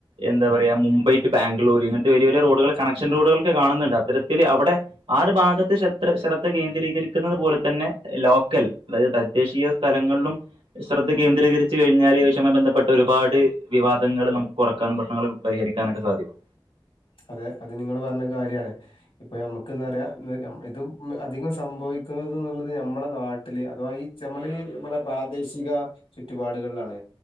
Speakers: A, on the right; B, on the left.
A: എന്താ പറയാ മുംബൈ ടു ബാംഗ്ലൂര് ഇങ്ങനത്തെ വലിയ വലിയ റോഡുകൾ കണക്ഷൻ റോഡുകൾക്ക് കാണുന്നുണ്ട് അത്തരത്തിത്തില് അവിടെ ആ ഒരു ഭാഗത്തെ ശെത്ര ശ്രദ്ധ കേന്ദ്രീകരിക്കുന്നത് പോലെ തന്നെ ലോ ക്കൽ അതായത് തദ്ദേശീയ സ്ഥലങ്ങളിലും ശ്രദ്ധ കേന്ദ്രീകരിച്ചു കഴിഞ്ഞാല് <unintelligible> ബന്ധപ്പെ പ്പെട്ട ഒരുപാട് വിവാദങ്ങള് നമുക്ക് കൊറക്കാനും പ്രശ്നങ്ങള് പരിഹരിക്കാനൊക്കെ സാധിക്കും
B: അതെ അത് നിങ്ങള് പറഞ്ഞ കാര്യാണ്. ഇപ്പൊ ഞമ്മുക്ക് എന്താ പറയാ ഇതും ഇം അധികം സംഭവിക്കുന്നത് എന്നുള്ളത് ഞമ്മളെ നാട്ടില് അഥവാ ഈ ച്ചമ്മളീ ഞമ്മളെ പ്രാദേശിക ചുറ്റുപാടുകളിലാണ്.